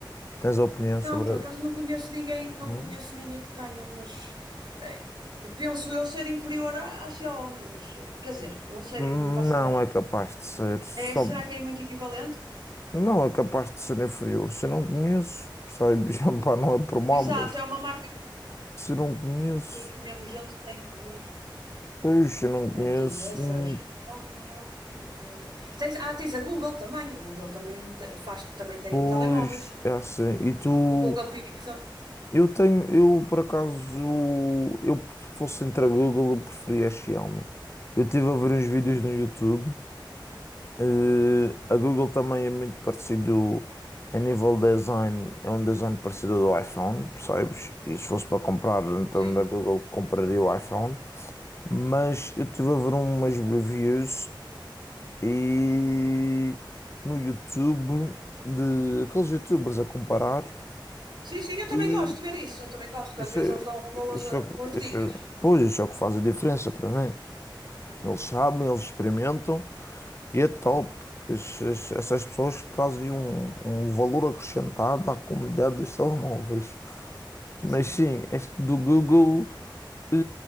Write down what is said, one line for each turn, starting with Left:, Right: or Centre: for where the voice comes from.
Left: Tens opinião sobre.
Right: por
Left: a-
Right: acaso não conheço ninguém, não
Left: Não?
Right: conheço ninguém que tenha, mas eh, penso eu ser inferior à, à Xiaomi, mas eh, quer dizer, não sei,
Left: Hum,
Right: não faço
Left: Não
Right: ideia.
Left: é capaz de ser. Só...
Right: É, será que é muito equivalente?
Left: Não é capaz de ser inferior. Se eu não conheço, percebes? <laughs> Pá, não é por mal,
Right: Exato,
Left: mas
Right: é uma marca que,
Left: se não conheço,
Right: que- que menos gente tem, pelo menos.
Left: pois se não conheço,
Right: Eh, tens essa,
Left: hum,
Right: Xiaomi, Oppo, eh, tens, ah, tens a Google também, a Google também te- faz, também tem
Left: pois
Right: telemóveis,
Left: é assim. E tu.
Right: o Google Pixel.
Left: Eu tenho, eu por acaso, eu se fosse entre a Google, eu preferia a Xiaomi. Eu estive a ver uns vídeos
Right: Uhum,
Left: no YouTube. eh, a Google também é muito parecido a nível design, é um design parecido ao do iPhone, percebes? E se fosse para comprar, então
Right: Sim.
Left: da Google compraria o iPhone. Mas eu estive a ver umas reviews e no YouTube de aqueles YouTubers a comparar.
Right: Sim, sim, eu também
Left: e
Right: gosto de ver isso, eu também gosto, que
Left: Isso
Right: às vezes
Left: é,
Right: eles dão boas,
Left: isso
Right: eh,
Left: é, o que-
Right: boas dicas.
Left: isso é- pois, isso é o que faz a diferença para mim. Eles sabem, eles experimentam e é top.
Right: Uhum.
Left: Esses- essas pessoas trazem um, um valor acrescentado à comunidade dos telemóveis. Mas
Right: Sim.
Left: sim, este do Google. Eh,